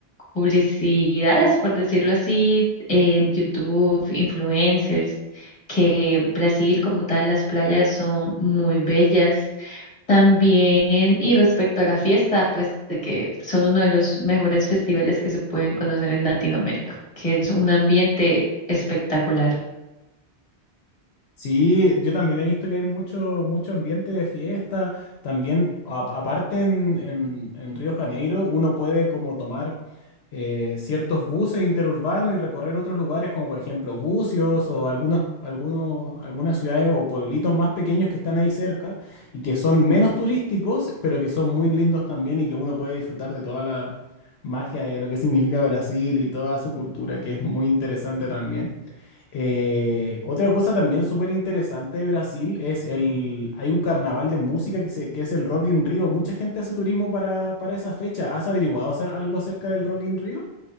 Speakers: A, on the left; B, on the left.
A: publicidades, por decirlo así, en YouTube, influencers, que Brasil como tal, las playas son muy bellas. También, y respecto a la fiesta, pues de que son uno de los mejores festivales que se pueden conocer en Latinoamérica, que es un ambiente espectacular.
B: Sí, yo también he visto que hay mucho, mucho ambiente de fiesta. También, a- aparte en, en- en Río Janeiro, uno puede como tomar eh, ciertos buses interurbanos y recorrer otros lugares, como por ejemplo Bucios o algunos, algunos, algunas ciudades o pueblitos más pequeños que están ahí cerca y que son menos turísticos, pero que son muy lindos también y que uno puede disfrutar de toda la magia de lo que significa Brasil y toda su cultura, que es muy interesante también. Eh, otra cosa también súper interesante de Brasil es el, hay un carnaval de música que, se, que es el Rock in Rio. Mucha gente hace turismo para, para esa fecha. ¿Has averiguado acer- algo acerca del Rock in Rio?